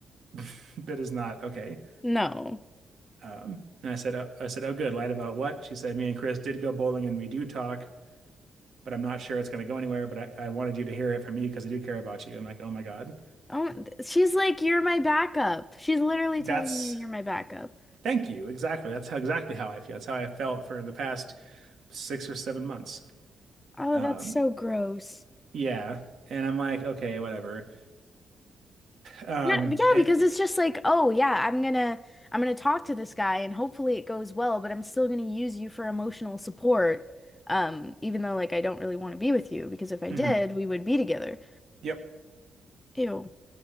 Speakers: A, on the right; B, on the left.
A: <laughs> that is not okay.
B: no.
A: Um, and I said, uh, I said, oh, good. Lied about what? She said, me and Chris did go bowling and we do talk, but I'm not sure it's going to go anywhere. But I, I wanted you to hear it from me because I do care about you. I'm like, oh my God,
B: Oh, th- she's like, you're my backup. She's literally
A: that's
B: telling you you're my backup.
A: thank you. Exactly. That's how exactly how I feel. That's how I felt for the past six or seven months.
B: Oh,
A: Um,
B: that's so gross.
A: Yeah. And I'm like, okay, whatever. Um,
B: Yeah, yeah,
A: it,
B: because it's just like, oh yeah, I'm gonna I'm gonna talk to this guy and hopefully it goes well, but I'm still gonna use you for emotional support, um, even though like I don't really want to be with you because if I
A: mhm.
B: did, we would be together.
A: Yep.
B: Ew.